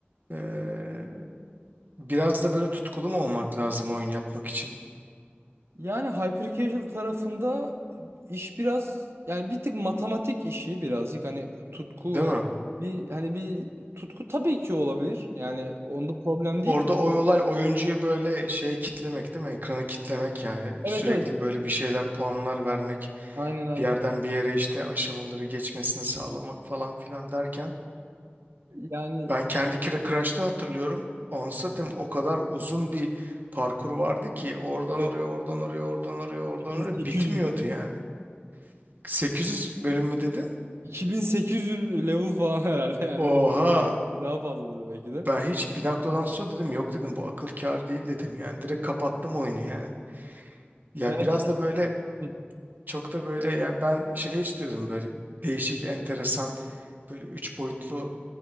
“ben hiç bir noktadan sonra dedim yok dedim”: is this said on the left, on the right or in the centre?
Right